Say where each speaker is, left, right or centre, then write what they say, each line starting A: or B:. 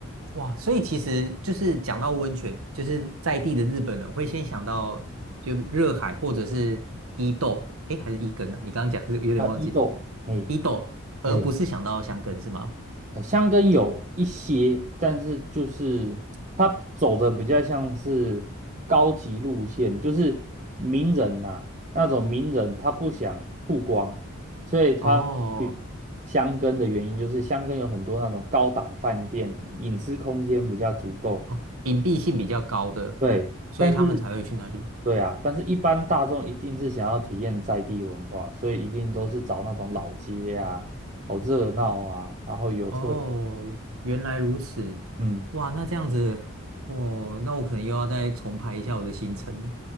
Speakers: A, on the right; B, on the right.
A: 哇，所以其实就是讲到温泉，就是在地的日本人会先想到就热海或者是伊豆，诶，还是伊根啊？你刚刚讲是有点忘记
B: 啊，伊豆，嘿，
A: 伊豆，而不是想到箱根是吗？
B: 嘿，呃，箱根有一些，但是就是它走的比较像是高级路线，就是名人呐、那种名人他不想曝光，所以他去箱根的原因就是箱根有很多那种高档饭店，
A: 哦
B: 隐私空间比较足够，
A: 哦，隐蔽性比较高的，
B: 对，
A: 所以他们才会去那里。
B: 但是对啊，但是一般大众一定是想要体验在地文化，所以一定都是找那种老街啊，好热闹啊，然后有特，
A: 哦，原来如此，
B: 嗯，
A: 哇，那这样子，我那我可能又要再重排一下我的行程了。